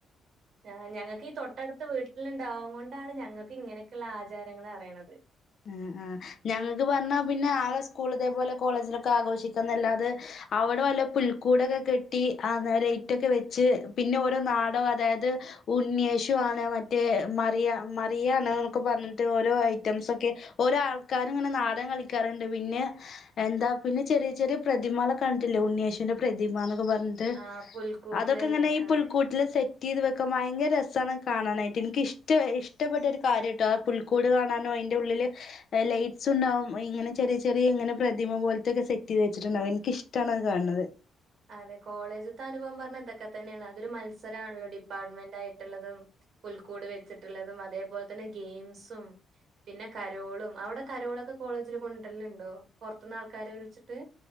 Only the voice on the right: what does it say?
ആ് ഞങ്ങൾക്ക് ഈ തൊട്ടടുത്ത് വീട്ടില ഉണ്ടാവും കൊണ്ടാണ് ഞങ്ങൾക്ക് ഇങ്ങനെയൊക്കെയുള്ളള്ള ആചാരങ്ങള് അറിയണത്
ആഹ് പുൽക്കൂട്ടിലല്ലേ
അതെ.
അതെ കോളേജത്തെ അനുഭവം പറഞ്ഞത് ഇതൊക്കെ തന്നെയാണ് അതൊരു മത്സരമാണല്ലോ ഡിപ്പാർട്ട്മെന്റ് ആയിട്ടുള്ളതും പുൽക്കൂട് വെച്ചിട്ടുള്ളതും അതേപോലെ തന്നെ ഗെയിംസും പിന്നെ കരോളും അവിടെ കരോളൊക്കെ കോളേജിൽ കൊണ്ടര്ല്ലുണ്ടോ പുറത്തുനിന്ന് ആൾക്കാരെ വിളിച്ചിട്ട്